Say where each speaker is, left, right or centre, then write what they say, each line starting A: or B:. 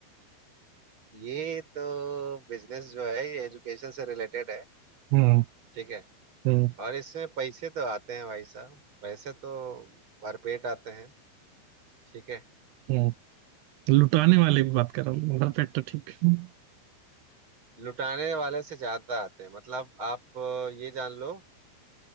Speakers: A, on the right; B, on the right.
A: ये तो बिजनेस जो है ये एजुकेशन से रिलेटेड है
B: हम्म
A: ठीक है
B: हम्म
A: और इसमें पैसे तो आते हैं भाई साहब पैसे तो भरपेट आते हैं ठीक है
B: हम्म लुटाने वाले की बात कर रहा हूँ घर पे तो ठीक हम्म
A: लुटाने वाले से ज्यादा आते हैं मतलब आप अ, ये जान लो